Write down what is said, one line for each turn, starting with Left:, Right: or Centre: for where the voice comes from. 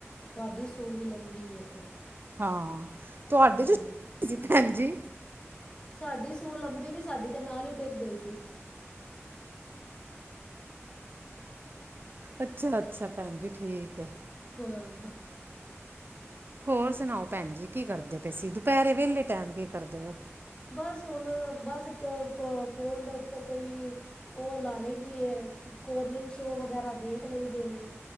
Left: ਤੁਹਾਡੀ ਸੂ ਵੀ ਲੰਬੀ ਹੈ ਫਿਰ
Right: ਹਾਂ ਤੁਹਾਡੇ
Left: ਹਾਂਜੀ
Right: <unintelligible> ਭੈਨਜੀ
Left: ਸਾਡੀ ਸੂਲ ਲੰਬੀ ਨੀ ਸਾਡੀ ਤੇ ਨਾਲ ਹੀ ਟਿੱਗ ਗਈ ਸੀ
Right: ਅੱਛਾ ਅੱਛਾ ਭੈਣ ਜੀ ਠੀਕ ਹੈ
Left: ਹਾਂ
Right: ਹੋਰ ਸੁਣਾਓ ਭੈਣ ਜੀ ਕੀ ਕਰਦੇ ਪਏ ਸੀ ਦੁਪਹਿਰੇ ਵਹਲੇ ਟੈਮ ਕੀ ਕਰਦੇ ਉਹ
Left: ਬਸ ਹੁਣ ਬਸ ਫੋਨ ਦੇ ਉੱਤੇ ਕੋਈ ਉਹ ਲਾ ਲਈ ਦੀ ਹੈ ਕੋਰੀਅਨ ਸ਼ੋ ਵਗੈਰਾ ਦੇਖ ਲਈ ਦੇ ਨੇ